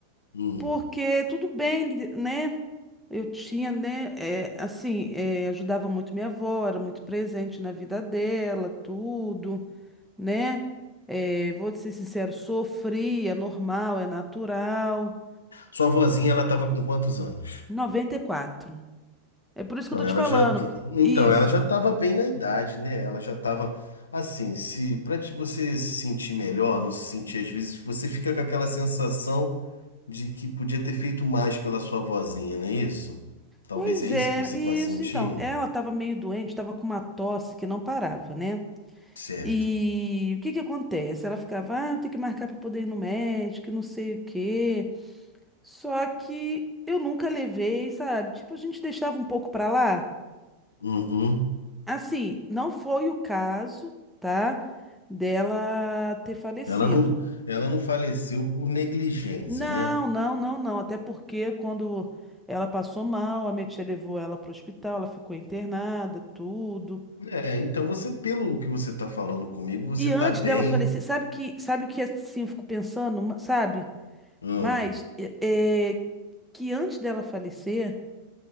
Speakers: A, on the left; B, in the centre.
A: Hum.
B: Porque tudo bem, li- né? Eu tinha, né, é, assim, é, ajudava muito minha avó, era muito presente na vida dela, tudo. né? É, vou te ser sincero, sofri, é normal, é natural.
A: Sua vozinha, ela tava com quantos anos?
B: noventa e quatro. É por isso
A: Então,
B: que eu tô
A: ela
B: te falando.
A: já, t-
B: Isso.
A: então, ela já estava bem na idade, né? Ela já estava assim, se para você se sentir melhor, não se sentir às vezes, você fica com aquela sensação de que podia ter feito mais pela sua vozinha, não é isso? Talvez
B: Pois
A: é isso
B: é,
A: que você
B: isso.
A: está sentindo?
B: Então, ela tava meio doente, tava com uma tosse que não parava, né?
A: Certo.
B: E o que que acontece? Ela ficava, ah, eu tenho que marcar para poder ir no médico, e não sei o quê. Só que eu nunca levei, sabe? Tipo, a gente deixava um pouco para lá.
A: Uhum.
B: Assim, não foi o caso, tá? Dela ter falecido.
A: Ela não, ela não faleceu por negligência,
B: Não,
A: né?
B: não, não, não. Até porque quando ela passou mal, a minha tia levou ela para o hospital, ela ficou internada, tudo.
A: É, então você, pelo que você está falando comigo, você
B: E
A: está
B: antes
A: bem,
B: dela falecer, sabe que, sabe que assim eu fico pensando, ma- sabe?
A: Hum.
B: Mas é, é, que antes dela falecer,